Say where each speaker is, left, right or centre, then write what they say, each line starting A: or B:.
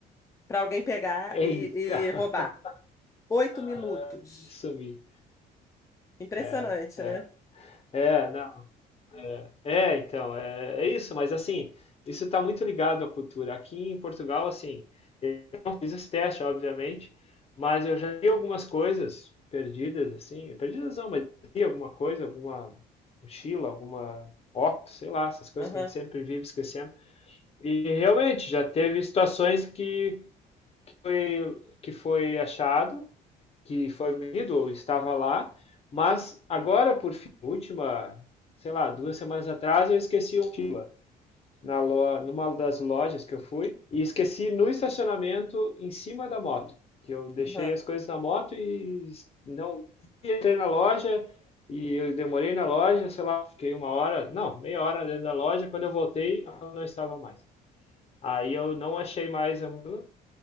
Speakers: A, on the left; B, on the left.
A: para alguém pegar
B: Eita!
A: e,
B: <laughs>
A: e roubar. Oito
B: Ah,
A: minutos.
B: sumi.
A: Impressionante,
B: É, é.
A: né?
B: É, não. É, é, então, é, é isso, mas assim, isso está muito ligado à cultura. Aqui em Portugal, assim, não fiz esse teste, obviamente, mas eu já vi algumas coisas perdidas, assim, perdidas não, mas vi alguma coisa, alguma mochila, alguma óculos, sei lá, essas coisas
A: Aham,
B: que a gente sempre vive esquecendo. E realmente já teve situações que, que foi, que foi achado, que foi medido ou estava lá, mas agora, por fim, última, sei lá, duas semanas atrás, eu esqueci o mochila na lo... numa das lojas que eu fui e esqueci no estacionamento em cima da moto. Que eu deixei
A: aham.
B: as coisas na moto e não entrei na loja e eu demorei na loja, sei lá, fiquei uma hora, não, meia hora dentro da loja. Quando eu voltei, ela não estava mais. Aí eu não achei mais a mochila